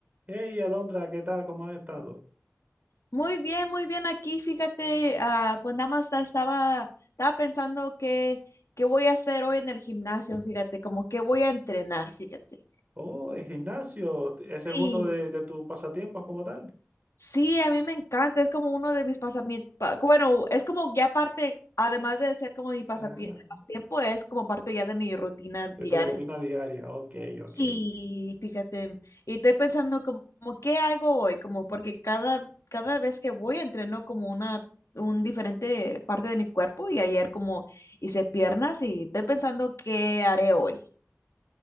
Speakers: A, on the right; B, on the left.
A: Hey, Alondra, ¿qué tal? ¿Cómo has estado?
B: Muy bien, muy bien aquí, fíjate, ah, pues nada más ta- estaba, estaba pensando que, qué voy a hacer hoy en el gimnasio, fíjate, como que voy a entrenar, fíjate.
A: Oh, el gimnasio, ese
B: Sí.
A: es uno de, de tus pasatiempos como tal.
B: Sí, a mí me encanta, es como uno de mis pasamientos, bueno, es como ya parte, además de ser como mi pasapi-
A: Ah,
B: pasatiempo, es como parte ya de mi rutina diaria.
A: de tu rutina diaria. Ok,
B: Sí,
A: ok.
B: fíjate, y estoy pensando como, como, qué hago hoy, como porque cada, cada vez que voy entreno como una un diferente parte de mi cuerpo y ayer como hice piernas y estoy pensando qué haré hoy.